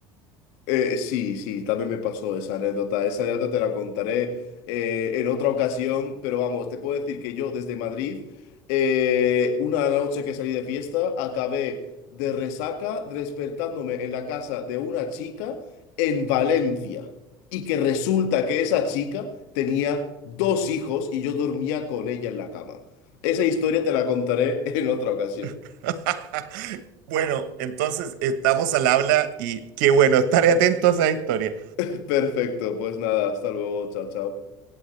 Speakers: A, on the left (about 75°); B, on the right (about 75°).
A: Eh, sí, sí, también me pasó esa anécdota. Esa anécdota te la contaré eh, en otra ocasión, pero vamos, te puedo decir que yo desde Madrid, eh, una noche que salí de fiesta, acabé de resaca despertándome en la casa de una chica en Valencia. Y que resulta que esa chica tenía dos hijos y yo dormía con ella en la cama. Esa historia te la contaré <laughs> en otra ocasión.
B: <laughs> Bueno, entonces estamos al habla y qué bueno, estaré atento a esa historia.
A: <laughs> Perfecto, pues nada, hasta luego, chao, chao.